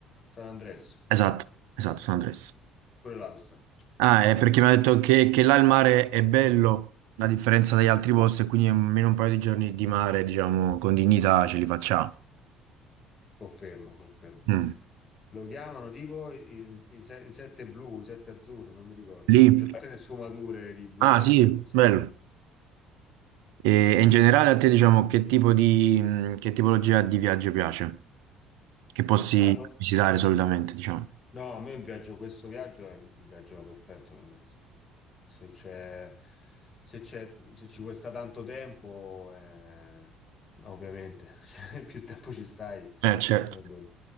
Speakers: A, on the left (about 35°); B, on the right (about 75°).
A: San Andres,
B: Esatto, esatto, San Andres.
A: pure là lo sta.
B: Ah, è perché mi ha detto che, che là il mare è bello, a differenza dagli altri posti, e quindi almeno un paio di giorni di mare, diciamo, con dignità ce li facciamo.
A: Confermo, confermo.
B: Mm.
A: Lo chiamano tipo i, i- i se- i sette blu, i sette azzurri, non mi ricordo.
B: Lì?
A: C'è tutte le sfumature di blu
B: Ah,
A: e
B: sì,
A: azzurro. insomma.
B: bello. E, e in generale a te, diciamo, che tipo di, mh, che tipologia di viaggio piace? Che posti
A: Allora,
B: visitare solitamente, diciamo?
A: no, a me un viaggio, questo viaggio è un viaggio perfetto per me. Se c'è, se c'è, se ci vuoi sta tanto tempo, eh, ovviamente, <laughs> cioè, più tempo ci stai,
B: Eh, certo,
A: meglio.